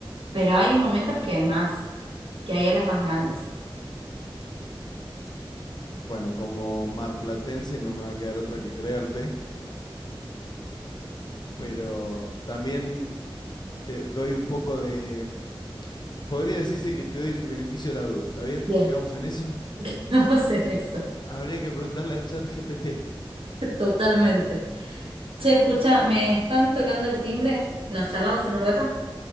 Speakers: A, on the right (about 85°); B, on the left (about 55°).
A: pero hay momentos que hay más. que hay olas más grandes.
B: Bueno, como marplatense no me va a quedar otra que creerte, pero también te doy un poco de... Podría decirse que te doy el beneficio de la duda, ¿está bien?
A: Bien,
B: ¿Quedamos en eso?
A: <laughs> vamos en eso,
B: <laughs> Habría que preguntarle a ChatGPT.
A: totalmente. Che, escucha, ¿me están tocando el timbre? ¿Nos charlamos en un rato?